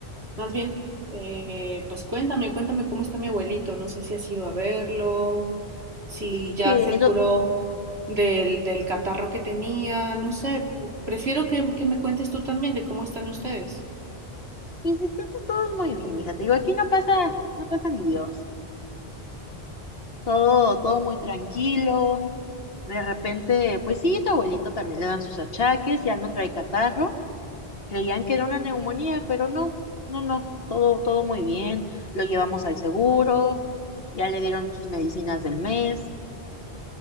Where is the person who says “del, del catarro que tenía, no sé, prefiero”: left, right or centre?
Right